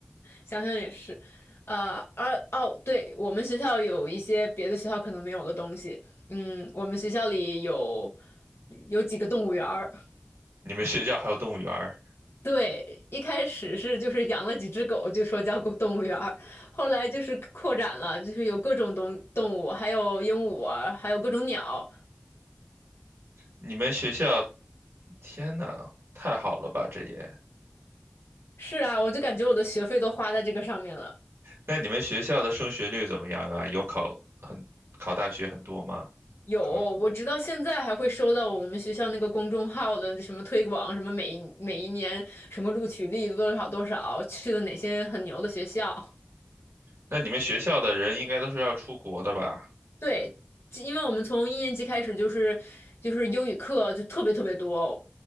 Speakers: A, on the left; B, on the right.
A: 想想也是，呃，而哦，对，我们学校有一些别的学校可能没有的东西。嗯，我们学校里有有几个动物园儿。
B: 你们学校还有动物园儿，
A: 对，一开始是就是养了几只狗，就说叫狗动物园儿，后来就是扩展了，就是有各种动动物，还有鹦鹉啊，还有各种鸟。
B: 你们学校，天呐，太好了吧，这也。
A: 是啊，我就感觉我的学费都花在这个上面了。
B: 那你们学校的升学率怎么样啊？有考很考大学很多吗？
A: 有，
B: 考？
A: 我直到现在还会收到我们学校那个公众号的什么推广，什么每每一年什么录取率多少多少，去了哪些很牛的学校。
B: 那你们学校的人应该都是要出国的吧？
A: 对，因为我们从一年级开始就是就是英语课就特别特别多，